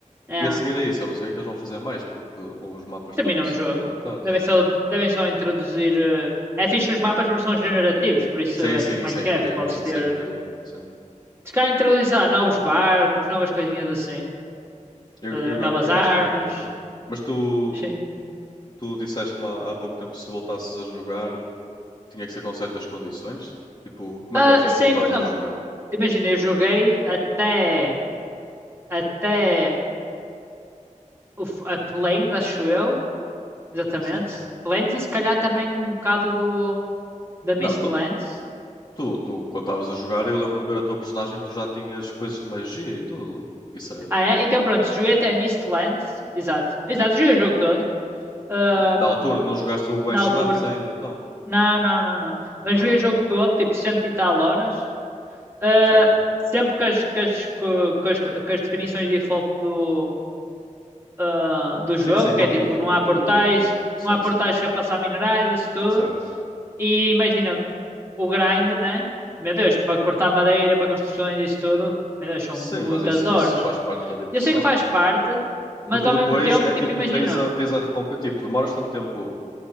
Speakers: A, on the right; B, on the left.
A: É.
B: E a seguir é isso. Eu não sei o que é que eles vão fazer mais, porque os mapas
A: Terminou
B: também são
A: o jogo.
B: limitados.
A: Devem só, devem só introduzir. eh, É fixe os mapas porque são generativos, por isso
B: Sim,
A: é
B: sim,
A: tipo
B: isso
A: Minecraft,
B: é incrível.
A: podes
B: Isso
A: ter.
B: é incrível. Sim.
A: Se calhar introduzem, sei lá, novos barcos, novas coisinhas assim.
B: Eu,
A: Estás a
B: eu,
A: ver?
B: go-
A: Novas
B: eu
A: armas.
B: gosto muito do jogo. Mas tu,
A: Sim.
B: tu disseste-me há há pouco tempo se voltasses a jogar, tinha que ser com certas condições. Tipo, como
A: Ah,
B: é que achas
A: sim,
B: que voltavas
A: por exemplo,
B: a jogar?
A: imagina, eu joguei até, até o, f- a Plains, acho eu. Exatamente.
B: Sim.
A: Lands e se calhar também um bocado do, da Mistlands.
B: Não, tu, Tu, tu, quando estavas a jogar, eu lembro-me de ver a tua personagem, tu já tinhas coisas de magia e tudo. Isso é.
A: Ah, é? Então pronto, joguei até Mistlands. Exato. Exato, joguei o jogo todo. Ahm,
B: Na altura, não jogaste o
A: na
B: Ashlands
A: altura.
B: ainda, então?
A: Não, não, não, não. Mas
B: Ah,
A: joguei
B: ok.
A: o jogo todo, tipo cento e tal horas. Ah,
B: Sim.
A: sempre com as, com as, co- com as, com as definições de default do, ah, do jogo,
B: Sim, sim, com
A: que é
B: tudo,
A: tipo, não
B: com
A: há
B: tudo.
A: portais,
B: Sim,
A: não há portais
B: sim.
A: a passar minerais, isso tudo.
B: Certo.
A: E imagina, o grind, né? Meu Deus, para cortar madeira, para construções e isso tudo, meu Deus, são
B: Sim,
A: muitas
B: mas isso,
A: horas.
B: isso faz parte da diversão.
A: Eu sei que faz parte, mas
B: Porque
A: ao
B: depois
A: mesmo tempo,
B: é
A: tipo,
B: tipo,
A: imagina,
B: tens a, tens a recompensa. Tipo, demoras tanto tempo